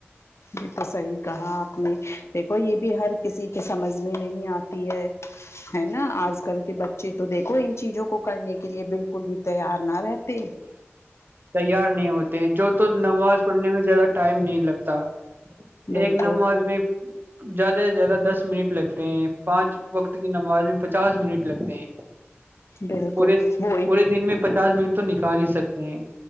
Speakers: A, on the left; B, on the right.
A: یہ تو صحیح کہا آپ نے دیکھو یہ بھی ہر کسی کے سمجھ میں نہیں آتی ہے ہے نا آج کل کے بچے تو دیکھو ان چیزوں کو کرنے کے لیے بالکل بھی تیار نہ رہتے
B: تیار نہیں ہوتے ہیں جو تو نماز پڑھنے میں زیادہ ٹائم نہیں لگتا
A: بالکل
B: ایک نماز میں زیادہ سے زیادہ دس منٹ لگتے ہیں پانچ وقت کی نماز میں پچاس منٹ لگتے ہیں
A: بالکل
B: پورے
A: وہ
B: پورے دن میں پچاس منٹ تو نکال ہی سکتے ہیں